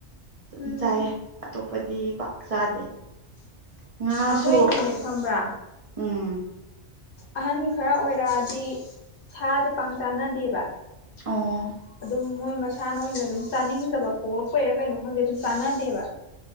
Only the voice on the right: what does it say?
ꯑꯗꯨꯝ
ꯆꯥꯏꯌꯦ ꯑꯇꯣꯞꯄꯗꯤ ꯄꯥꯛ ꯆꯥꯗꯦ ꯉꯥꯁꯨ
ꯎꯝ
ꯑꯣ